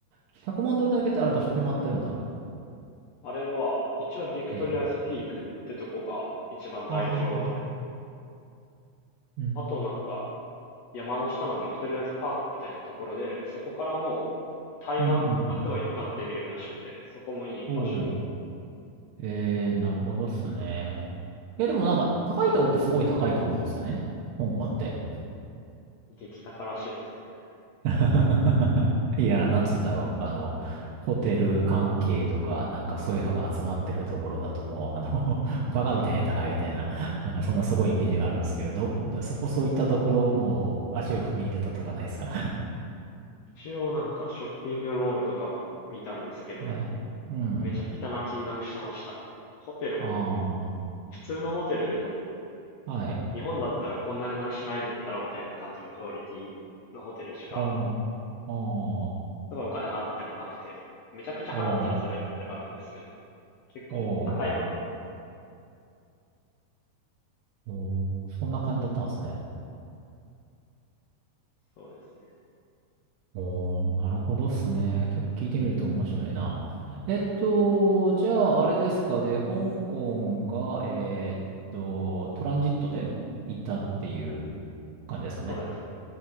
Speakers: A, on the right (about 80°); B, on the left (about 75°).
A: 100万ドルの焼けってあれ場所決まってるんだ。
B: た。あれは、一応ビクトリアズピークってとこが一番代表って。
A: ええ。ははは。うん。
B: あとなんか、山の下のビクトリアズパークみたいなところで、そこからもう対岸がすごい光って見えるらしくて、
A: うんうんうん。
B: そこもいい場所みたい
A: おー。えー、なるほどっすね。いや、でもなんか、高いところってすごい高いと思うんですよね。香港って。
B: な。激高らしいですね。
A: <laughs> いや、なんつうんだろう。あの、ホテル関係とか、なんかそういうのが集まってるところだともう、あの、<laughs> バカみたいに高いみたいな、なんかそんなすごいイメージがあるんですけれど、だそこそういったところもう足を踏み入れたとかないですか
B: 一応なんかショッピングモールとかも見たんですけど、
A: <laughs> はい。うん。
B: めちゃくちゃな金額してましたね。ホテルも、
A: あ
B: 普通のホテルでも、
A: あ、はい。
B: 日本だったらこんな値段しないだろうみたいな感じのクオリティのホテルしか、
A: おー、おー、
B: すごいお金払ってもなくて、めちゃくちゃ払ったらそれはいくらあるんですけど、
A: おー、
B: 結構高い場
A: おー。おー、そんな感じだったんですね。
B: 所、そうですね。
A: おー、なるほどっすね。結構聞いてみると面白いな。えっと、じゃあ、あれですかで、香港が、えーっと、トランジットでいたっていう感じですかね。
B: そうですね。